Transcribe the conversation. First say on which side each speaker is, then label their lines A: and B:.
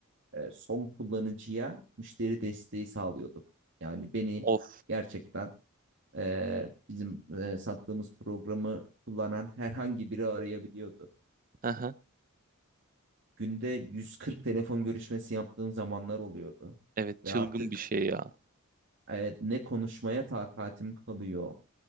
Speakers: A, on the right (about 55°); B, on the right (about 40°).
A: E, son kullanıcıya müşteri desteği sağlıyordum. Yani beni
B: Of.
A: gerçekten e, bizim e, sattığımız programı kullanan herhangi biri arayabiliyordu.
B: Aha.
A: Günde 140 telefon görüşmesi yaptığım zamanlar oluyordu.
B: Evet, çılgın
A: Ve artık
B: bir şey ya.
A: e, ne konuşmaya takatim kalıyor